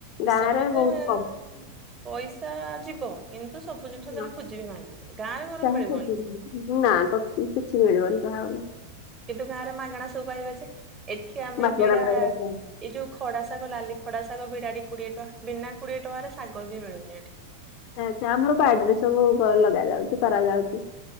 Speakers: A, on the left; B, on the right.
A: ଗାଁ
B: ସହଲେ
A: ରେ ବହୁତ କମ୍
B: ଉଁ <unintelligible> ପଇସା ଯିବ, କିନ୍ତୁ ସବୁ ଜିନିଷ
A: ହଁ,
B: ଯାହା ଖୋଜିବେ ପାଇଯିବେ, ଗାଁ ରେ ବରଂ
A: ଚାହା
B: ମିଳିବନି।
A: ସରିଯିବ। ନା ତ କିଛି ମିଳିବନି କହିବାକୁ ଗଲେ।
B: କିନ୍ତୁ ଗାଁରେ ମାଗଣା ସବୁ ପାଇବା ଯେ, ଏଠି ଆମେ
A: ମାଗଣା
B: ବିଡା
A: ପାଇବ।
B: ଏଇ ଯୋଉ ଖଡା ଶାଗ ନାଲି ଖଡା ଶାଗ ବିଡାବି କୋଡିଏ ଟଙ୍କା, ବିନା କୋଡିଏ ଟଙ୍କାରେ ଶାଗ ବି ମିଳୁନି ଏଠି।
A: ଆଛା ଆମର ବାଡିରେ ସବୁ ଲଗା ଯାଉଛି କରାଯାଉଛି।